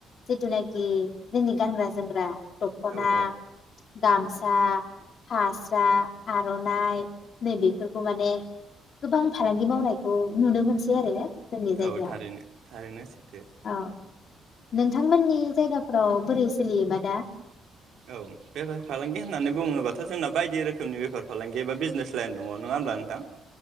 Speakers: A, on the left; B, on the right.
A: जिथुनाखि जोंनि गानग्रा जोमग्रा दखना,
B: औ औ
A: गामसा फास्रा आरनाइ नैबेफोरखौ माने गोबां फालांगि मावनायखौ नुनो मोनसै आरो जोंनि जायगायाव
B: औ थारैनो थारैनो सैथो
A: औ नोंथांमोननि जायगा फ्राव बोरै सोलियोबा दा?
B: औ बेफार फालांगि होननानै बुङोबाथ' जोंना बायदि रोखोमनि बेफार फालांगि एबा बिजनेस लाइन दङ नङा होमब्ला नोंथां।